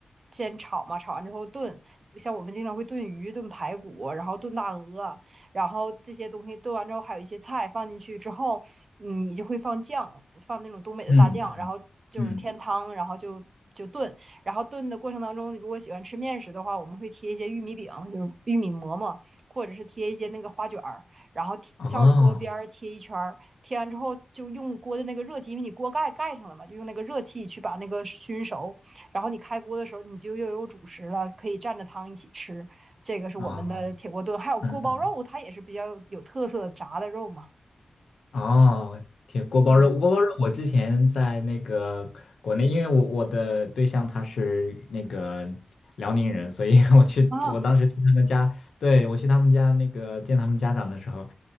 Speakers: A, on the right; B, on the left.
A: 先炒嘛，炒完之后炖。像我们经常会炖鱼、炖排骨，然后炖大鹅，然后这些东西炖完之后，还有一些菜放进去之后，嗯你就会放酱，放那种东北的大酱，
B: 嗯
A: 然后就是添汤，
B: 嗯，
A: 然后就就炖，然后炖的过程当中，如果喜欢吃面食的话，我们会贴一些玉米饼，就是玉米馍馍，或者是贴一些那个花卷儿，然后贴照着锅边儿贴一圈儿，
B: 哦
A: 贴完之后就用锅的那个热气，因为你锅盖盖上了嘛，就用那个热气去把那个熏熟。然后你开锅的时候，你就又有主食了，可以蘸着汤一起吃。这个是我们的铁锅炖，
B: 哦。
A: 还有锅包肉，
B: 嗯。
A: 它也是比较有特色炸的肉嘛。
B: 哦，铁锅包肉，
A: 嗯，
B: 锅包肉。我之前在那个国内，因为我我的对象他是那个辽宁人，所以 <laughs> 我去，
A: 啊，
B: 我当时去他们家，对，我去他们家那个见他们家长的时候，